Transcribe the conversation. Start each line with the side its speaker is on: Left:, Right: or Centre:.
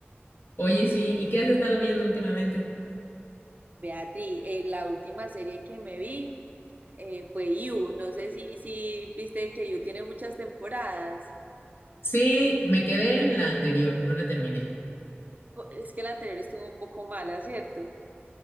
Left: Oye, sí, ¿y qué has estado viendo últimamente?
Right: Beatriz, eh, la última serie que me vi eh, fue You, no sé si, si viste que You tiene muchas temporadas.
Left: Sí, me quedé en la anterior, no la terminé.
Right: Es que la anterior estuvo un poco mala, ¿cierto?